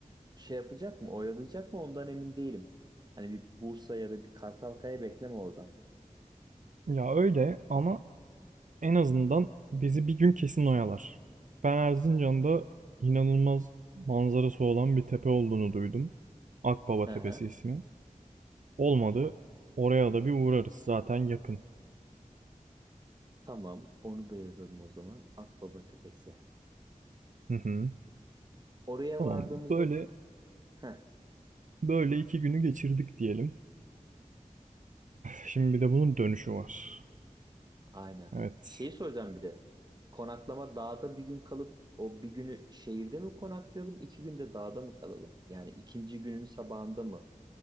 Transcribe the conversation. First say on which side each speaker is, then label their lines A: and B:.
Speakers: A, on the right; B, on the right.
A: şey yapacak mı, oyalayacak mı ondan emin değilim. Hani bir Bursa ya da bir Kartalkaya bekleme oradan.
B: Ya öyle ama en azından bizi bir gün kesin oyalar. Ben Erzincan'da inanılmaz manzarası olan bir tepe olduğunu duydum. Akbaba
A: Hı
B: Tepesi
A: hı.
B: ismi. Olmadı. Oraya da bir uğrarız. Zaten yakın.
A: Tamam, onu da yazalım o zaman. Akbaba Tepesi.
B: Hı hı.
A: Oraya
B: Tamam.
A: vardığımızda
B: Böyle
A: heh,
B: böyle iki günü geçirdik diyelim. Şimdi bir de bunun dönüşü var.
A: aynen.
B: Evet.
A: Şeyi soracağım bir de. Konaklama dağda bir gün kalıp o bir günü şehirde mi konaklayalım, iki günde dağda mı kalalım? Yani ikinci günün sabahında mı